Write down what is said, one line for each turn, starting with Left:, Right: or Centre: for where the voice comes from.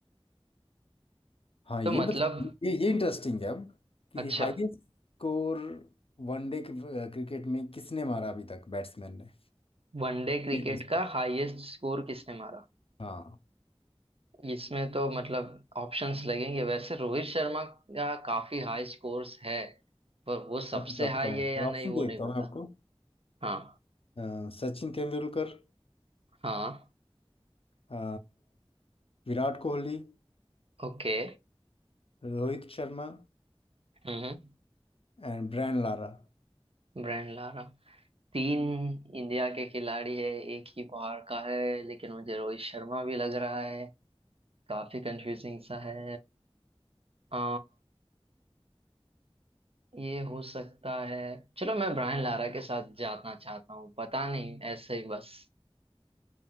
Left: हाँ ये
Right: तो मतलब
Left: बता ये ये इंटरेस्टिंग है अब कि
Right: अच्छा
Left: हाईएस्ट स्कोर वनडे क्रिकेट में किसने मारा अभी तक बैट्समैन ने
Right: वनडे क्रिकेट
Left: Field score
Right: का हाईएस्ट स्कोर किसने मारा
Left: हाँ
Right: इसमें तो मतलब ऑप्शंस लगेंगे वैसे रोहित शर्मा का काफी हाई स्कोर्स है पर वो सबसे
Left: मैं बताता
Right: हाई
Left: हूँ
Right: है या नहीं
Left: ऑप्शन
Right: वो
Left: देता
Right: नहीं पता
Left: हूँ मैं आपको
Right: हाँ
Left: अ, Sachin Tendulkar
Right: हाँ
Left: Uh, Virat Kohli
Right: ओके
Left: Rohit Sharma
Right: हम्म
Left: And Brian Lara
Right: Brian Lara तीन इंडिया के खिलाड़ी है एक ही बाहर का है लेकिन मुझे रोहित शर्मा भी लग रहा है काफी कंफ्यूजिंग सा है आ, ये हो सकता है चलो मैं ब्रायन लारा के साथ जाना चाहता हूँ पता नहीं ऐसे ही बस